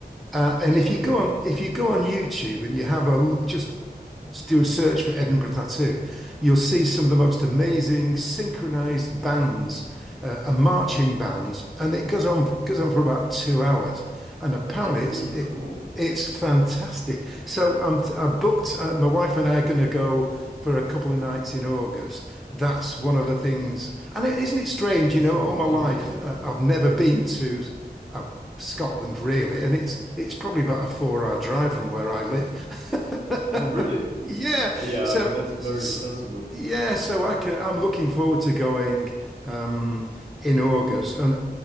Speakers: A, in the centre; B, on the right.
A: Uh, and if
B: Okay.
A: you go on if you go on YouTube and you have a l- just do a search for Edinburgh Tattoo, you'll see some of the most amazing synchronized bands uh, and marching bands, and it goes on goes on for about two hours. And apparently,
B: It's really
A: it's it
B: cool.
A: it's fantastic. So I'm I booked. Uh, my wife and I are going to go for a couple of nights in August. That's one of the things. And it, isn't it strange?
B: Oh,
A: You
B: sounds
A: know, all
B: lovely,
A: my life
B: yeah.
A: uh, I've never been to. uh, Scotland, really, and it's it's probably about a four-hour drive from where I live. <laughs>
B: Oh, really?
A: Yeah.
B: Yeah,
A: So,
B: I mean that's very
A: s
B: accessible.
A: yeah, so I can I'm looking forward to going um in August and